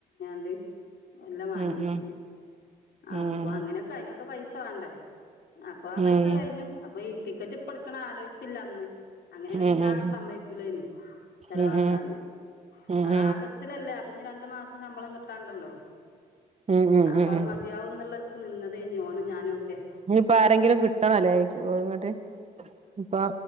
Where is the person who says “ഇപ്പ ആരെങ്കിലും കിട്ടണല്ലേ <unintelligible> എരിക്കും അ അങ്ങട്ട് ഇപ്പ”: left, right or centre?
Right